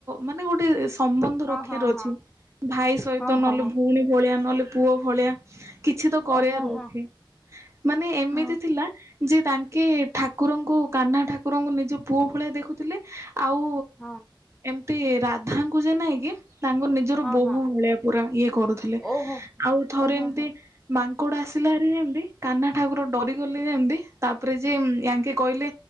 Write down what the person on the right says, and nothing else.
ମାନେ ଗୋଟେ ସମ୍ବନ୍ଧ ରକ୍ଷାର
ଅଛି ଭାଇ ସହିତ
ନହଲେ
ଭଉଣୀ ଭଳିଆ ନହେଲେ ପୁଅ ଭଳିଆ କିଛି ତ କରିବାର
ଅଛି ମାନେ ଏମିତି
ଥିଲା ଯେ ତାଙ୍କେ ଠାକୁରଙ୍କୁ କାହ୍ନା ଠାକୁରଙ୍କୁ ନିଜ ପୁଅ ଭଳିଆ ଦେଖୁଥିଲେ ଆଉ
ଏମତି ସେ ରାଧା କୁ ଯେ ନାଇକି ତାଙ୍କ ନିଜର
ବୋ
ଭଳିଆ ପୁର ଇଏ କରୁଥିଲେ
ଆଉ ଥରେ
ଏମତି
ମାଙ୍କୋଡୁ ଆସିଲାହାରି ଯେମିତି କାହ୍ନା ଠାକୁର ଡରିଗଲେ ଯେ ଯେମତି ତାପରେ ଯେ ୟାଙ୍କେ କହିଲେ